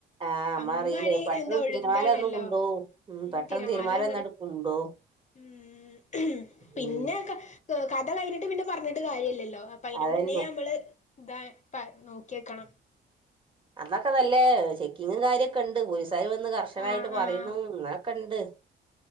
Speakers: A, on the right (about 25°); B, on the left (about 35°).
A: ആഹ് നമ്മളറിയില്ലേ
B: അമ്മാരി
A: പെട്ടെന്ന്
B: എന്താ ഒഴുകുതാണല്ലോ
A: തിരമാല വന്ന് കൊണ്ടോവും
B: ഉം
A: പെട്ടെന്ന്
B: തിരമാലവന്നട
A: തിരമാല വന്നാണ്ട് കൊണ്ടോവും
B: ഉം പിന്നെ
A: ഉം
B: ക ഥ കഥ കഴിഞ്ഞിട്ട് പിന്നെ പറഞ്ഞിട്ട് കാര്യല്ലല്ലോ അപ്പൊ അയിന്
A: അതന്നെ
B: മുന്നേ അമ്മള്. ഇതാപ്പ നോക്കിയേക്കണം.
A: അന്നൊക്കെ നല്ലെ ചെക്കിങ്ങും കാര്യൊക്കെ ഉണ്ട് പോലീസുകാർ വന്ന് കർശനായിട്ട്
B: ആഹ്
A: പറയണു
B: ആഹ്
A: അങ്ങനൊക്കെണ്ട്.